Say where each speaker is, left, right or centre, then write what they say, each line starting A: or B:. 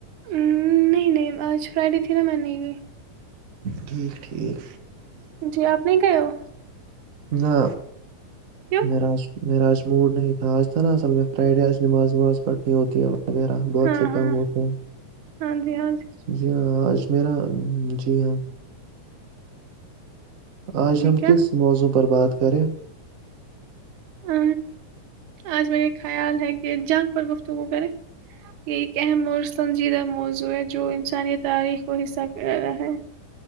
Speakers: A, on the right; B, on the right.
A: ہ نہیں نہیں آج فرائیڈے تھی نا میں نہیں گئی
B: ٹھیک ٹھیک
A: جی آپ نہیں گئے ہو
B: نہ
A: کیوں
B: م راج میرا آج موڈ نہیں تھا آج تھا نا اصل میں فرائیڈے آج نماز وماز پڑھنی ہوتی ہے اب وغیرہ بہت
A: ہاں
B: سے کام
A: ہاں
B: ہوتے ہیں
A: ہاں جی ہاں جی
B: جی ہاں آج میرا جی ہاں آج
A: جی
B: ہم
A: کیا
B: کس موضوع پر بات بات کریں
A: ا آج میرے خیال ہے کہ جنگ پر گفتگو کرے یہ اہم اور سنجیدہ موضوع ہے جو انسانی تاریخ کو حصہ کر رہا ہے